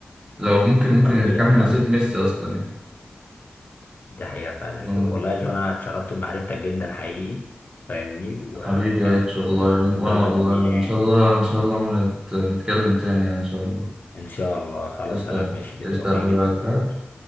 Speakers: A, on the right; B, on the left.
A: لو ممكن ممكن
B: ده حقيقة
A: يكمل
B: فعلا
A: مسيرة ميسي أصلا يعني
B: ده حقيقة فعلا يا
A: آه.
B: جو والله يا جو انا اتشرفت بمعرفتك جدا حقيقي فاهمني وكانت
A: حبيبي يا اتش والله
B: آه،
A: وإن-
B: مكالمة
A: وانا والله
B: جميلة
A: وان
B: يعني
A: شاء الله ان شاء الله ما نت- نتكلم تاني يعني ان شاء الله
B: ان شاء الله خلاص
A: ايش
B: تمام
A: ده
B: ماشي بالتوفيق
A: ايش ده حبيبي
B: جدا ليك
A: ها